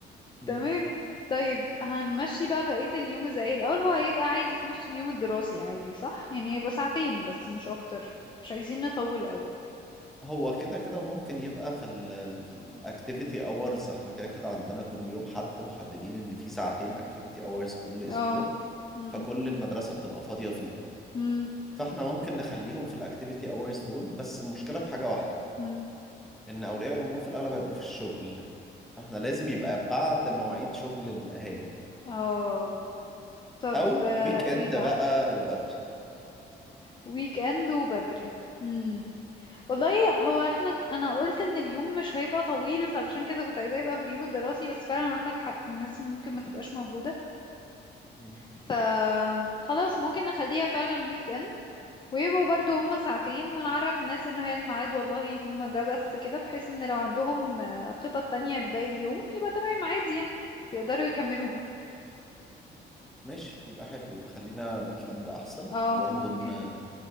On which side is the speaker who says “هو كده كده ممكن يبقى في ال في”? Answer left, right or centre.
Centre